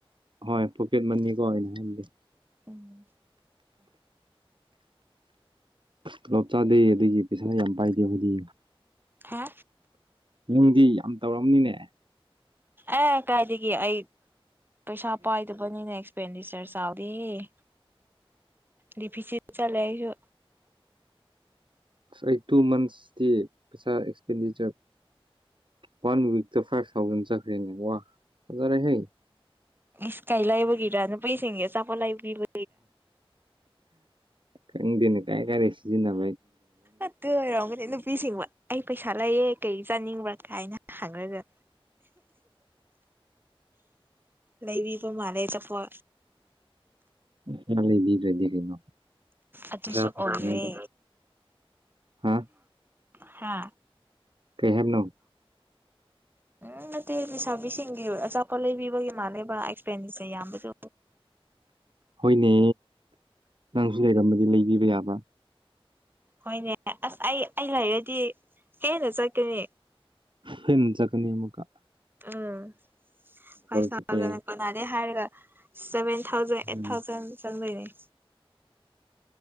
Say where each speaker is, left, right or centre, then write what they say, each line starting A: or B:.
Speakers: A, on the right (about 55°); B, on the right (about 20°).
A: ꯍꯣꯏ ꯄꯣꯀꯦꯠ ꯃꯅꯤꯀꯣ ꯑꯣꯏꯅ ꯍꯥꯏꯕꯗꯤꯦ
B: ꯎꯝ
A: ꯄꯨꯂꯞ ꯆꯥꯗꯦ ꯑꯗꯨꯒꯤ ꯄꯩꯁꯥ ꯌꯥꯝ ꯄꯥꯏꯗꯦ ꯑꯩꯈꯣꯏꯗꯤ
B: ꯍꯥ
A: ꯅꯪꯗꯤ ꯌꯥꯝ ꯇꯧꯔꯝꯅꯤꯅꯦ
B: ꯑꯦ ꯀꯥꯏꯗꯒꯤ ꯑꯩ ꯄꯦꯁꯥ ꯄꯋꯥ ꯣꯕꯨ ꯑꯦꯛꯁꯄꯦꯟꯗꯤꯆꯔꯁꯥꯎꯔꯤꯗꯤ ꯂꯤꯄꯤꯁꯤ ꯆꯂꯁꯨ
A: ꯑꯩ ꯇꯨ ꯃꯟꯁꯇꯤ ꯄꯩꯁꯥ expenditure one week five thousand ꯆꯠꯈ꯭ꯔꯦꯅꯦ ꯋꯥꯖꯔꯦ ꯍ
B: ꯏꯁꯁ ꯀꯩ ꯂꯩꯕꯒꯤꯔ ꯅꯨꯄꯤꯁꯤꯡꯁꯦ ꯑꯆꯥꯄꯠꯂ ꯂꯩꯕꯤꯕ
A: ꯈꯪꯗꯅꯦ ꯀꯥꯏ ꯀꯔꯦꯁꯤꯖꯤꯅꯥꯏ
B: ꯑꯠꯇ ꯑꯣꯏꯔꯣꯃꯅꯦꯅ ꯄꯤꯁꯤꯃ ꯑꯩ ꯄꯩꯁꯥ ꯂꯩꯌꯦ ꯀꯩ ꯆꯥꯅꯤꯡꯕ꯭ꯔꯥ ꯀꯥꯏꯅ ꯍꯪꯈ꯭ꯔꯒ ꯂꯩꯕꯤꯕ ꯃꯥꯜꯂꯦ ꯆꯐ
A: ꯃꯥ ꯗꯔꯦꯗꯤ ꯀꯩꯅꯣ
B: ꯑꯗꯨꯁꯨ
A: ꯄꯩꯁꯥ ꯐꯪꯉꯤꯉꯩꯗ
B: ꯑꯣꯏꯔꯦ
A: ꯍꯥ
B: ꯀ
A: ꯀꯩ ꯍꯥꯏꯕꯅꯣ
B: ꯎꯝ ꯅꯠꯇꯦ ꯂꯩꯁꯥꯕꯤꯁꯤꯡꯒꯤ ꯑꯆꯥꯄꯠ ꯂꯩꯕꯤꯕꯒꯤ ꯃꯥꯜꯂꯦꯕ ꯑꯦꯛꯁꯄꯦꯟꯗꯤꯆꯔ ꯌꯥꯝꯕꯁꯨ
A: ꯍꯣꯏꯅꯦ ꯅꯪꯁꯨ ꯂꯩꯔꯝꯃꯗꯤ ꯂꯩꯕꯤꯕ ꯌꯥꯕ꯭ꯔꯥ
B: ꯍꯣꯏꯅꯦ ꯑꯁ ꯑꯩ ꯑꯩ ꯂꯩꯔꯗꯤ ꯍꯦꯟꯅ ꯆꯠꯀꯅꯤ
A: ꯍꯣꯏꯅ ꯆꯀꯅꯤ ꯑꯃꯨꯀ
B: ꯎꯝ ꯀꯥꯏꯁꯗꯅ
A: ꯆꯠꯄ ꯌꯥꯏ
B: ꯃꯥꯗꯩ ꯍꯥꯏꯔꯒ seven thousand eight
A: um
B: thousand ꯆ ꯂꯩꯅꯩ